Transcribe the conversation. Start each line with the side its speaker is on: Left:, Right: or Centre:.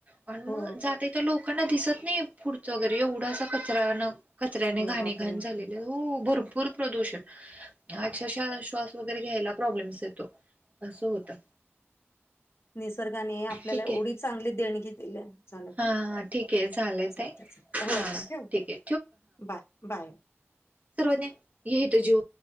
Right: आणि
Left: हो
Right: मग जाते तर लोकांना दिसत नाही पुढचं वगैरे एवढासा कचरा न कचऱ्याने
Left: अरे
Right: घाणी
Left: बापरे
Right: घाण झालेले हो भरर,, पूर प्र्रदूषण अक्षरशः श्वास वगैरे घ्यायला प्रॉब्लेम्स येतो असं होतं.
Left: निसर्गाने आपल्याला
Right: ठीक
Left: एवढी
Right: आहे
Left: चांगली देणगी दिली झालं
Right: हा
Left: का
Right: हा ठीक आहे झालंय
Left: चालतय
Right: ताई.
Left: चालतय
Right: हा
Left: हो हो ठेवू
Right: ठीक
Left: का
Right: आहे
Left: बाय बाय
Right: सर्व नाही येतो जीव